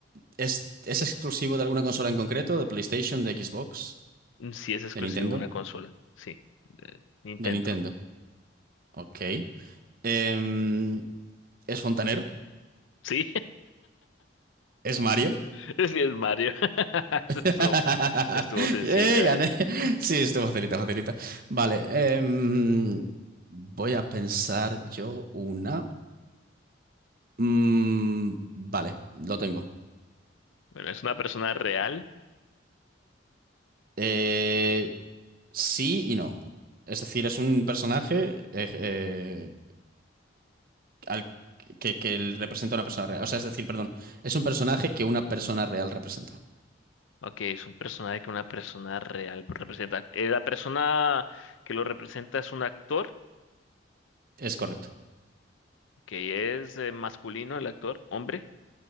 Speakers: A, on the right; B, on the left.
A: ¿es, es exclusivo de alguna consola en concreto? ¿De PlayStation, de Xbox,
B: Mm, Sí es exclusivo
A: de Nintendo?
B: de una consola, sí. de Nintendo.
A: De Nintendo. Ok. Em, ¿es fontanero?
B: Sí,
A: ¿Es Mario?
B: <laughs> sí es Mario. <laughs> Eso Estuvo,
A: <laughs>
B: estuvo sencilla,
A: ¡Eh, gané!
B: ¿eh?
A: Sí, esto facilita, facilita. Vale. em, voy a pensar yo una. Mm, vale, lo tengo.
B: Bueno, es una persona real.
A: Eh, sí y no. Es decir, es un personaje eh, eh, al que, que él representa a una persona real. O sea, es decir, perdón, es un personaje que una persona real representa.
B: Ok, es un personaje que una persona real representa. Eh, la persona que lo representa es un actor,
A: Es correcto.
B: que es eh, masculino el actor, hombre.